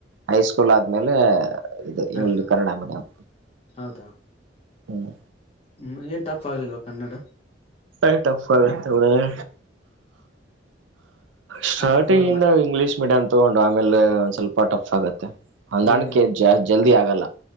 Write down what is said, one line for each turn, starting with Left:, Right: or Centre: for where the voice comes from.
Right: ಹೈ ಸ್ಕೂಲ್ ಆದ್ಮೇಲೆ ಇದು
Left: ಹಾ
Right: ಇಂಗ್
Left: ಹಾ
Right: ಕನ್ನಡ ಮೀಡಿಯಂ
Left: ಹೌದಾ
Right: ಹ್ಮ್
Left: ಹ್ಮ್ ಏನ್ ಟಫ್ ಆಗ್ಲಿಲ್ವಾ ಕನ್ನಡ
Right: ಹ ಪ್ಪ ಎ ಸ್ಟಾರ್ಟಿಂಗ್
Left: ಆದ್ರೂ ಕವರ್
Right: ಇಂದ
Left: ಮಾಡ
Right: ಇಂಗ್ಲಿಷ್ ಮೀಡಿಯಂ ತಗೊಂಡು ಆಮೇಲೆ ಒಂದ್ ಸ್ವಲ್ಪ ಟಫ್ ಆಗತ್ತೆ ಹಂದಾಣ
Left: ಹ್ಮ್
Right: ಕೆ ಜಸ್ ಜಲ್ದಿ ಆಗಲ್ಲ